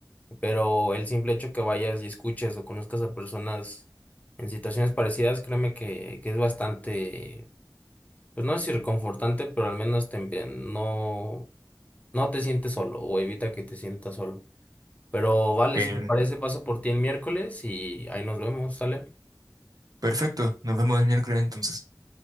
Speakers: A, on the left (about 20°); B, on the right (about 55°).
A: pero el simple hecho que vayas y escuches o conozcas a personas en situaciones parecidas, créeme que, que es bastante, pues no es reconfortante, pero al menos te, empie- no, no te sientes solo o evita que te sientas solo. Pero vale,
B: Genial.
A: si te parece, paso por ti el miércoles y ahí nos vemos, ¿sale?
B: Perfecto, nos vemos el miércoles entonces.